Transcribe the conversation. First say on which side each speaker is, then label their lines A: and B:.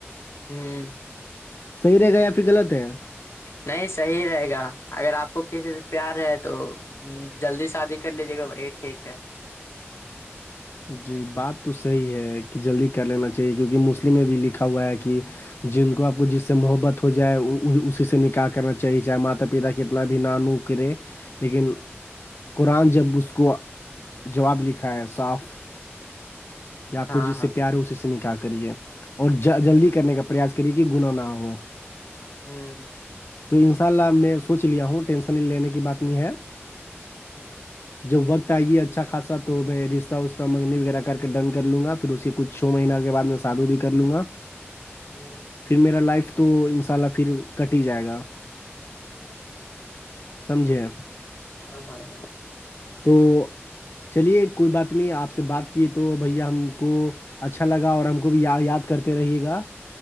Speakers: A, on the left (about 85°); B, on the left (about 60°).
A: ہوں
B: صحیح رہ گا یا پھر غلط ہے
A: نہیں صحیح رہے گا اگر آپ کو کسی سے پیار ہے تو جلدی شادی کر لیجیے گا بھائی یہی ٹھیک ہے
B: جی بات تو صحیح ہے کہ جلدی کر لینا چاہیے کیونکہ مسلم میں بھی لکھا ہوا ہے کہ جن کو آپ کو جس سے محبت ہو جائے اسی سے نکال کرنا چاہیے چاہی چاہے ماتا پتا کتنا بھی نہ نو کرے لیکن قرآن جب اس کو جواب لکھا ہے صاف کہ آپ
A: ہاں
B: کو جس
A: ہاں
B: سے پیار ہو اسی سے نکالح کریے اور جلدی کرنے کا پریاس کریے کہ گنا نہ ہو
A: ہوں
B: تو ان شاء اللہ میں سوچ لیا ہوں ٹینشن لینے کی بات نہیں ہے
A: جی
B: جب وقت آئی اچھا خاصا تو میں رشہ وشہ منگنی وغیرہ کر کے ڈن کر لوں گا پھر اسی کو کچھ چو مہین کے بعد میں سادوودی کر لوں گا
A: ہاں
B: پھر میرا لائف تو تو ان شاء اللہ پھر کٹ ہی جائے گا سمجھے
A: ہاں ہاں ہاں
B: تو چلیے کوئی بات نہیں آپ سے بات کیے تو بھیا ہم کو اچھا لگا اور ہم کو بھی یا یاد کرتے رہیے گا